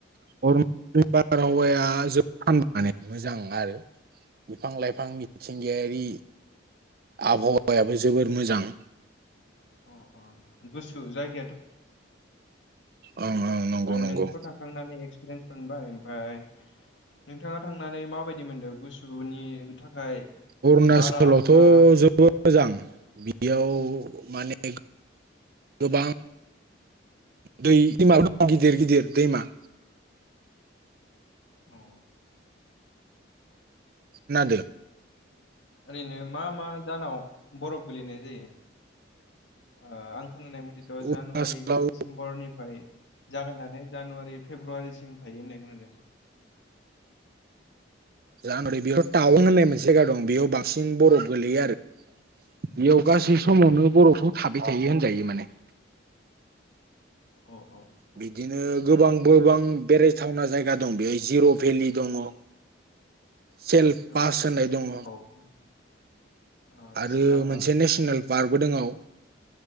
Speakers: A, on the right; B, on the left.
A: <unintelligible> बिफां लाइफां मिथिंगायारि आबहावायाबो जोबोर मोजां।
B: अ। ओमफफ्राय
A: ओं ओं नंगौ नंगौ
B: नोंथ' थांखांनानै एक्सपिरियेन्स मोनबाय ओमफफ्राय नोंथाङा थांनानै माबायदि मोनदों गुसुनि थाखाय
A: अरुणाचलावथ'
B: बारा ना
A: जोबोद मोजां बियाव माने गोबां दै दैमाल दं गिदिर गिदिर दैमा
B: औ
A: ना द
B: ओरैनो मा मा दानाव बरफ गोलैनाय जायो। आं खोनानाय मथेथ'
A: अरुणाचलाव
B: जानुवारि दिडिसेम्बरनिफ्राय जागायनानै जानुवारि फेब्रुवारिसिम थायो होननाय खोनादों।
A: जाहा नरै बेयाव टाउन होननाय मोनसे जायगा दं बेयाव बांसिन बरफ गोलैयो आरो। बेयाव गासै समावनो बर'फ्राव
B: अ
A: थाबाय थायो होनजायो माने।
B: औ औ।
A: बिदिनो गोबां गोबां बेरायथावना जायगा दं बेहाय जिर' भेलि दङ। सेल् पास
B: अ
A: होननाय दङ।
B: <inaudible> औ
A: आरो
B: सिलाबास
A: मोनसे नेसनेल
B: औ
A: बारग'दोंआव